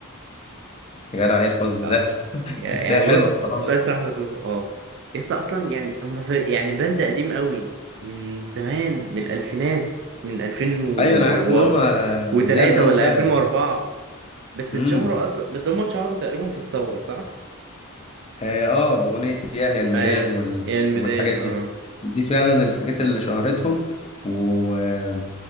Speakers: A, on the left; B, on the right.
A: يا جدع ايه الحزن
B: اه
A: ده
B: يعني
A: بس هي حلوه
B: بص
A: الصراحه
B: بس رحمته اه يسطا اصلا يعني هم ف... يعني باند قديم قوي من زمان من الالفينات من 2000 و...
A: ايوه انا عارف ان هم
B: وتلاتة
A: قدام قوي
B: ولا
A: فعلا
B: 2004 بس
A: امم
B: اتشهروا اصلا بس هم اتشهروا تقريبا في الثورة صح؟
A: اه آه، باغنيه ياه يا الميدان
B: ايوه
A: وال...
B: يا الميدان
A: والحاجات دي
B: اه
A: دي فعلا الحاجات اللي شهرتهم و... آه،